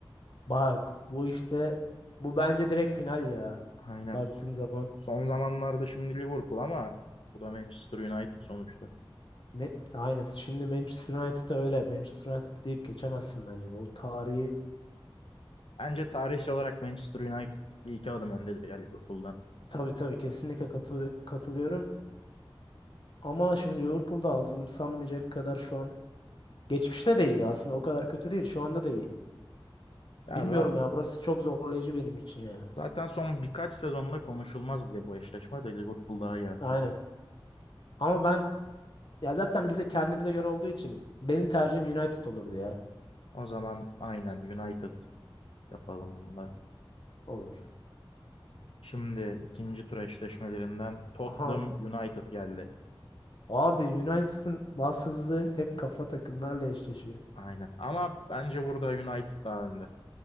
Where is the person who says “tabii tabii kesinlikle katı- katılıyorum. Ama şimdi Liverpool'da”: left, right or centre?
Left